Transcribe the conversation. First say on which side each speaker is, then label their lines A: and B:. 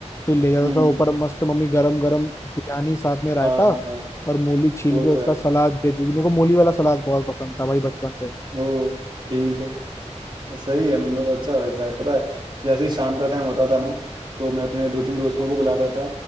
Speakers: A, on the left; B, on the right.
A: फिर ले जाता
B: हम्म
A: था ऊपर मस्त मम्मी गरम गरम बिरयानी साथ में रायता
B: हाँ हाँ
A: और मूली छील
B: वो
A: के
B: तो
A: उसका
B: है
A: सलाद देती थी मेरे को मूली वाला सलाद बहुत पसंद था भाई बचपन से
B: वो ठीक है सही
A: हम्म,
B: है मतलब अच्छा लगता है पता है जैसे ही शाम का टाइम होता था ना तो मैं अपने दो तीन दोस्तों को बुलाता था